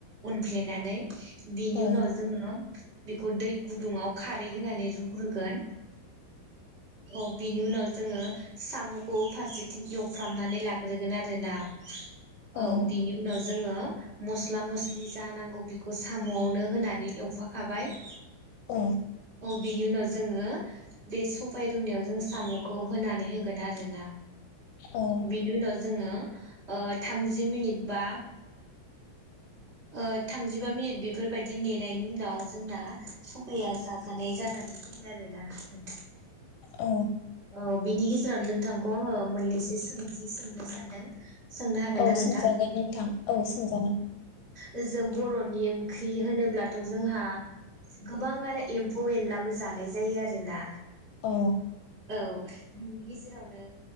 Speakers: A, on the right (about 30°); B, on the left (about 80°).
A: उन देनानै बिनि
B: औ
A: उनाव जोङो बेखौ दै गुदुङाव खारै होनानै रुग्रोगोन औ बिनि उनाव जोङो साम'खौ फारसेथिं एवफ्रामनानै लाग्रोगोन आरोना औ
B: औ
A: बिनि उनाव जोङो मस्ला मस्लि जा नांगौ बेखौ साम'आवनो होनानै एवफाखाबाय
B: औ
A: औ बिनि उनाव जोङो बे स बाय रुनायाव जों साम'खौ होनानै होगोन आरोना
B: औ
A: बिनि उनाव जोङो ओ थामजि मिनिट बा ओ थामजिबा मिनिट बेफोरबायदि नेनायनि उनाव जोंना सबाया जाजानाय जानानै फैयो आरो ना नोंथां
B: औ
A: औ बिनि गेजेराव नोंथांखौ आङो मोननैसो सोंथि सोंनो सानदों सोंनो हागोन
B: औ
A: ना नोंथां
B: सोंजागोन नोंथां औ सोंजागोन
A: ओ जों बर'नि ओंख्रि होनोब्लाथ' जोंहा गोबाङानो एम्फौ एनलाबो जानाय जायो आरोना
B: औ
A: औ बिनि गेजेर रावनो